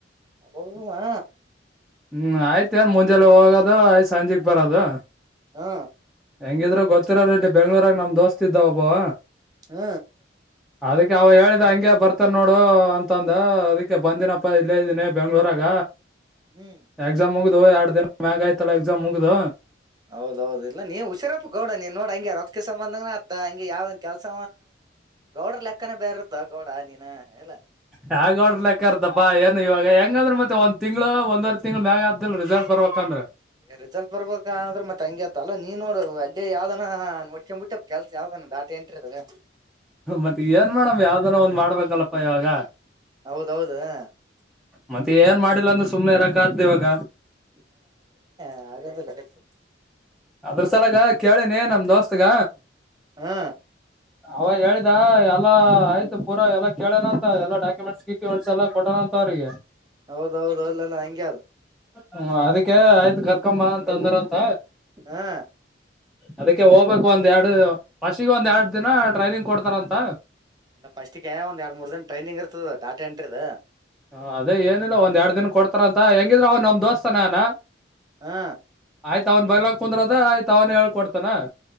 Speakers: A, on the right; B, in the centre.
A: ಹಬ ಹಾ
B: ಹ್ಮ್ ಆಯ್ತ ಏನ್ ಮುಂಜೆಲ್ಲ ಹೋಗೋದು ಆಯ್ತತ್ ಸಂಜೆಕ್ ಬರದು
A: ಹಾ
B: ಹೆಂಗಿದ್ರರು ಗೊತ್ತಿರ ರಡ್ ಬೆಂಗ್ರಾಗ ನಮ್ ದೋಸ್ತ ಇದ್ದಾವ ಒಬ್ಬವ
A: ಹ್ಮ್
B: ಅದಕ್ಕೆ ಅವ ಹೇಳಿದ ಹಂಗಗೆ ಬರ್ತಾರ ನೋಡು ಅಂತಂದ ಅದಕ್ಕೆ ಬಂದಿನ ಇಲ್ಲೇ ಇದೀನಿ ಬೆಂಗ್ಳೂರಗ
A: ಹ್ಮ್
B: ಎಕ್ಸಾಮ್ ಹಗ್ದ ಎರಡು ದಿನ ಮಾಗಾಯತಲ್ಲ ಎದಮ ಮುಗ್ದ
A: ಹೌದೌದ ಇಲ್ಲ ನೀವು ಹುಷಾರಪ್ಪ ಗೌಡ ನೀನ್ ನೋಡ ಹಂಗೆ ರಕ್ತ ಸಂಬಂಧ ಮತ್ತ ಹಂಗೆ ಯಾವ್ದೊಂದ್ ಕೆಲ್ಸ ಗೌಡರ್ ಲೆಕ್ಕನ ಬೇರೆ ಇತ್ತ ಗೌಡ ನೀನ ಎಲ್ಲ
B: ಯಗ
A: ಹ
B: ೋಡ್ರ ಲೆಕ್ಕ ಅರ್ದ ಬಾ ಏನ್ ಇವಾಗ ಹೆಂಗಂದ್ರೆ ಮತ್ತೆ ಒಂದ ತಿಂಗ್ಳ ಒಂದವರ್ ತಿಂಗ್ಳ ಮ್ಯಾಗ ಆದ್ದಲ್ ರಿಸಲ್ಟ್ರ್ಬೇಕಂದ್ರೆ
A: ರಿಸಲ್ಟ್ ಬರ್ಬೇಕ ಅಂದ್ರೆ ಮತ್ ಹಂಗೆತ್ತಲ್ಲಾ ನೀನ್ ನೋ ಅಲ್ಲಿಯಾವ್ದನ ನೋಡ್ಕೊಂಡಂಬ ಬಿಟ್ಟ ಕೆಲ್ಸ ಯಾವ ದಾತ ಎಂಟಿರದೆ
B: ಮತ್ತೆ ಏನ್ ಮಾಡೇಡಮ್ ಯಾವ್ದನ ಒಂದ್ ಮಾಡ್ಬೇಕಲ್ಲಪ್ಪ ಇವಾಗ
A: ಹೌದೌದು ಹ
B: ಮತ್ತೆ ಏನ್ ಮಾಡಿಲ್ಲ ಅಂದ್ರೆ ಸುಮ್ನೆರ ಕತ್್ದವಾಗ
A: ಹ ಆಗದಲ್ಲ ರು
B: ಅದ್ರ ಸಲಗ ಕೇಳಿನಿ ನಮ ದೋಸ್ತ್ಗ
A: ಹಾ
B: ಅವ ಹೇಳ ಇ ಎಲ್ಲ ಆಯ್ತು ಪೂರ ಎಲ್ಲಾ ಕೇಳೇನಂತ ಎಲ್ಲಾ ಡಾಕ್ಯುಮೆಂಟ್ಸ್ ಗಿಕ್ಯುಮೆಂಟ್ಸ್ ಎಲ್ಲಾ ಕೊಟ್ಟನಂತ ಅವ್ರಿಗೆ
A: ಹೌದೌದು ಅಲ್ಲಲ್ಲಾ ಹಂಗಗೆ ಅದು
B: ಹ್ಮ ಅದಕ್ಕೆ ಆಯ್ತು ಕರ್ಕೊಂಬ ಅಂತ ತಂದ್ರ ಅಂತ
A: ಹಾ
B: ಅದಕ್ಕೆ ಹೋಗ್ಬೇಕಕ್ ಒಂದ್ ಎರಡು ಫಸ್ಷಿಗೆ ಒಂದ್ ಎರಡ್ ದಿನ ಟ್ರೈನಿಂಗ್ ಕೊಡ್ತಾರಂತ
A: ಇಲ್ಲ ಫಸ್ಟಿಗೆ ಒಂದ್ ಎರಡ್ ಮೂರ್ ದ ಟೈಿಂಗ ಇರ್ತದ ಡಾಟಾ ಎಂಟ್ರಿದ್
B: ಹ ಅದೇ ಏನಿಲ್ಲ ಒಂದ್ ಎರಡ್ ದಿನ ಕೊಡ್ತಾರ ಅಂತ ಹೆಂಗಿದ್ರ ಅವ ನಮ್ ದೋಸ್ತಾನಾನ
A: ಹಾ
B: ಆಯ್ತ ಅವನ್ ಬರ್ಲಾಕ್ ಕುಂದ್ರ ಅದ ಆಯ್ತ ಅವನೇ ಹೇಳ್ಕೊಡ್ತಾನ